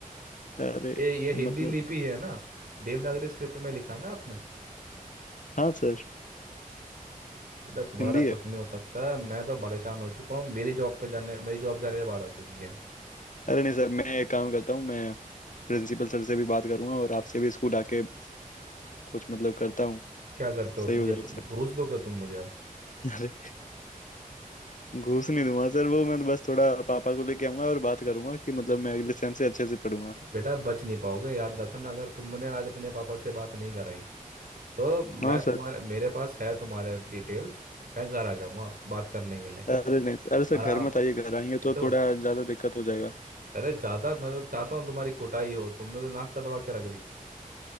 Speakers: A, on the left; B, on the right.
A: अरे
B: ये ये
A: मतलब
B: हिंदी लिपि है ना देवनागरी स्क्रिप्ट में लिखा है ना आपने
A: हाँ सर
B: बेटा तुम्हारा
A: हिंदी
B: कुछ
A: है
B: नहीं हो सकता मैं तो परेशान हो चुका हूँ मेरी जॉब पे जाने मेरी जॉब जाने के बाद आ चुकी है
A: अरे नहीं सर मैं एक काम करता हूँ मैं प्रिंसिपल सर से भी बात करूंगा और आपसे भी स्कूल आके कुछ मतलब करता हूँ
B: क्या करते
A: सही
B: हो तुम
A: हो जाएगा
B: क्या
A: सर
B: घूस दोगे तुम मुझे अब
A: <laughs> अरे घूस नहीं दूंगा सर वो मैं बस थोड़ा पापा को लेके आऊंगा और बात करूंगा कि मतलब मैं अगले सेम से अच्छे से पढ़ूंगा
B: बेटा बच नहीं पाओगे याद रखना अगर तुमने आज अपने पापा से बात नहीं कराई तो मैं
A: हाँ
B: तुम्हारे
A: सर
B: मेरे पास है तुम्हारे डिटेल्स मैं घर आ जाऊंगा बात करने के लिए
A: अरे नहीं सर अरे सर घर
B: आराम
A: मत आइए घर आएंगे
B: ये
A: तो
B: तो
A: थोड़ा ज़्यादा दिक्कत हो जाएगा
B: अरे ज़्यादा मैं तो चाहता हूँ तुम्हारी कुटाई हो तुमने तो नाक कटवा के रख दी